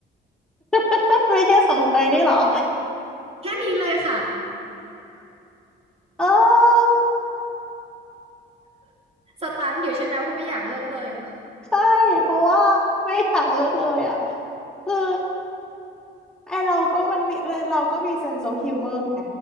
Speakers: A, in the centre; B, on the right (about 30°).
A: <laughs> ไม่ใช่สองเซยนี่เหรอ
B: แค่นี้เลยค่ะ
A: เออ
B: สตันอยู่ใช่ไหมเพราะไม่อยากเลือกเลยวะ
A: ใช่เพราะว่าไม่อยากเลือกเลยอ่ะคือไอเราก็มันมีเราก็มีเซนส์ออฟฮิวเมอร์ไง